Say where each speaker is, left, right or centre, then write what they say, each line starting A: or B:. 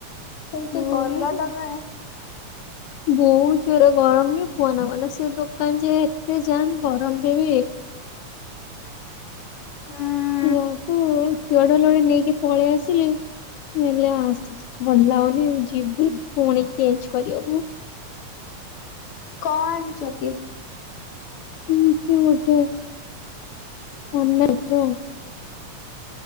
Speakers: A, on the left (about 75°); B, on the left (about 55°).
A: <unintelligible>
B: କେମିତି ଗଲ ତମେ।
A: ବହୁତ ଜୋରରେ ଗରମ ଯୋଉ କୁଅନା କୁଅନା ସେ ଦୋକାନ ଯେ ଏତେ ଯାମ୍ ଗରମରେ ବି।
B: ହୁଁ।
A: ଦି ଜଣଙ୍କୁ ଜଆଡେ ଆଡେ ନେଇକି ପଳେଇ ଆସିଲେ ହେଲେ ଆସି ଭଲ ଲାଗୁନି ଯିବି ପୁଣି ଚେଞ୍ଜ କରିବାକୁ।
B: କଣ ଆଣଚ କି?
A: ଏମିତି ଗୋଟେ ଅନଲାଇନ ରୁ।